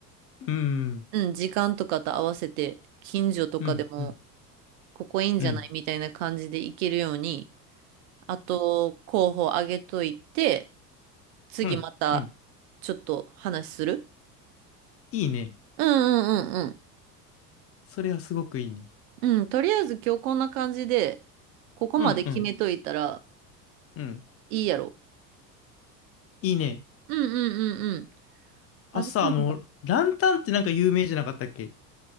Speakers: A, on the left (about 30°); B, on the right (about 60°).
A: うん、うん、
B: うん、時間とかと合わせて、近所とかでも、
A: うん、うん、
B: ここいいんじゃないみたいな感じで行けるように、
A: うん、
B: あと、候補あげといて、次また、
A: うん、うん。
B: ちょっと話する
A: いいね。
B: うんうんうん
A: それはすごくいいね。
B: うん、とりあえず今日こんな感じで、ここまで決めといたら
A: うん、うん、うん。
B: いいやろ。
A: いいね。
B: うんうんうんうん。私も、
A: あ、さ、あの、ランタンってなんか有名じゃなかったっけ